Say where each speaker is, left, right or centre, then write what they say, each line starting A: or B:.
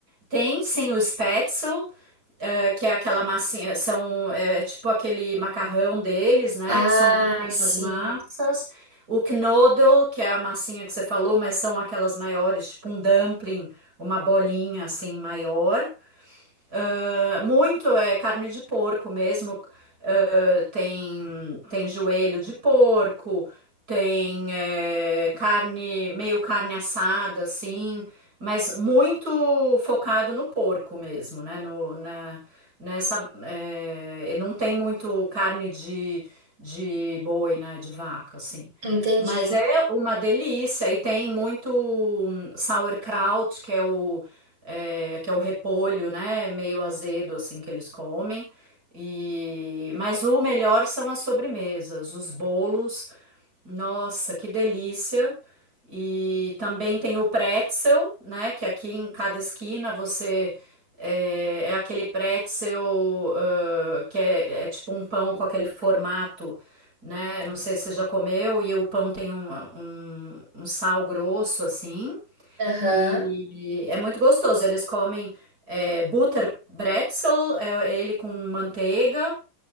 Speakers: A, on the right; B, on the right.
A: Tem sim o spätzle, eh, que é aquela massinha, são, é, é tipo aquele macarrão deles, né?
B: Ah,
A: Que são pequenas
B: sim,
A: massas. O Knoddle, que é a massinha que você falou, mas são aquelas maiores, tipo um dumpling, uma bolinha assim maior. Ah, muito é carne de porco mesmo eh, tem, tem joelho de porco, tem eh, carne, meio carne assada, assim, mas muito focado no porco mesmo, né? No, na, nessa, eh, não tem muito carne de, de boi, né? De vaca, assim.
B: entendi.
A: Mas é uma delícia e tem muito hum, sauerkraut, que é o, é, que é o repolho, né? Meio azedo, assim, que eles comem. E... Mas o melhor são as sobremesas, os bolos. Nossa, que delícia! E também tem o pretzel, né? Que aqui em cada esquina você é, é aquele pretzel ãh, que é, é tipo um pão com aquele formato, né? Não sei se você já comeu, e o pão tem um, um um sal grosso assim.
B: Aham.
A: E é muito gostoso. Eles comem é, Butterbrezel, é ele com manteiga,